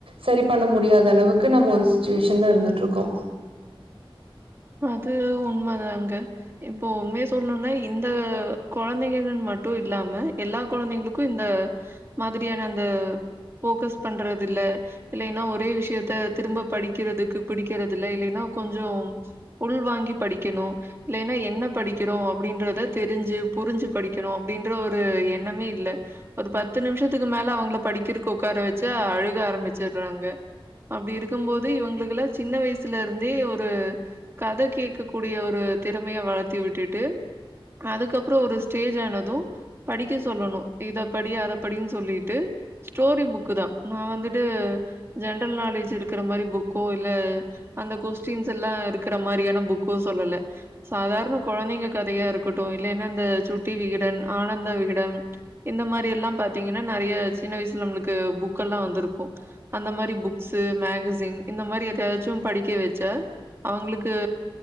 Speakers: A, on the right; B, on the right.
A: சரி பண்ண முடியாத அளவுக்கு நம்ம ஒரு சிட்வேஷன்ல இருந்துட்டு இருக்கோ
B: அது உண்ம தாங்க இப்போ உண்மைய சொல்ணுனா இந்த கொழந்தைங்க மட்டு இல்லாம எல்லா கொழந்தைங்களுக்கு இந்த மாதிரியான அந்த போக்கஸ் பண்றது இல்ல இல்லைன்னா ஒரே விஷயத்த திரும்ப படிக்கிறதுக்கு பிடிக்கறது இல்ல இல்லைன்னா கொஞ்ச உள் வாாங்கி படிக்கணு இல்லன்னா என்ன படிக்கிறோ அப்படின்றத தெரிஞ்சு புரிஞ்சு படிக்கணு அப்டின்ற ஒரு எண்ணமே இல்ல ஒரு பத்து நிமிஷத்துக்கு மேல அவங்கள படிக்கிறக்கு உட்கார வச்சா அழுக ஆரம்பிச்சடுறாங்க அப்டி இருக்கு போது இவங்களுக்கு எல்லா சின்ன வயசுல இருந்தே ஒரு கதை கேட்க கூடிய ஒரு திறமையை வளர்த்தி விட்டுட்டு அதுக்கப்பறம் ஒரு ஸ்டேஜ் ஆனது படிக்க சொல்லணு இத படி அத படினு சொல்லிட்டு ஸ்டோரி புக்கு தா நான் வந்துட்டு ஜென்ரல் நாலேஜ் இருக்கிற மாதிரி புக்கோ இல்ல அந்த கொஸ்டின்ஸ் எல்லா இருக் இருக்குற மாரியான புக்கு சொல்லல சாதாரண கொழந்தைங்க கதையா இருக்கட்டு இல்லன்னா இந்த சுட்டி விகிடன் ஆனந்த விகிடம் இந்த மாரி எல்லா பாத்தீங்கன்னா நறைய சின்ன வயசுல நம்மளுக்கு புக்கல்லா வந்துருக்கு அந்த மாரி புக்ஸ் மேகசின் இந்த மாரி எதையாச்சு படிக்க வச்சா அவங்களுக்கு